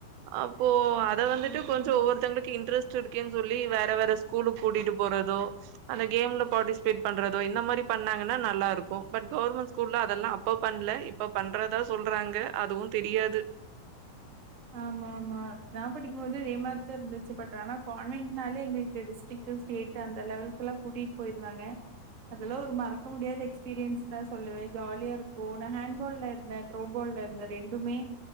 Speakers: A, on the right; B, on the right.
A: அப்போ
B: ஓகே
A: அத வந்துட்டு
B: ஓகே.
A: கொஞ்ச் ஒவ்வொருத்தவ்ங்களுக்கு இன்ட்ரஸ் ட்ருக்கேன் சொல்லி வேற வேற ஸ்கூலுக் கூட்டிட்டு போறதோ அந்த கேம்ல பாட்டிஸ்பேட் பண்றதோ இந்ந மாரி பண்ணாங்கன்னா நல்லாருக்கு பட் கௌர்மண் ஸ்கூல்ல அதெல்லா அப் போ பண்ல இப்ப பண்றதா சொல்றாங்க அதுவு தெரியாது
B: ஆமா ஆமா நா படிக்கும் போது ரேமாத்து இருந்துச்சு பட் ஆனா கான்வென்னாலே எங்கள்க்கு டிஸ்டிக்கு ஸ்டேட் அந்த லெவல்குல்லா கூட்டிட் போய்ர்ன்தாங்க அதெல்லோ ஒர் மறக்க முடியாத எக்ஸ்பீரியன்ஸ் தா சொல்லுவே ஜாலியா இருக்கு நா ஹேண்ட்பால்ல இருந்தே த்ரோபோல்ல இருந்தே ரெண்டுமே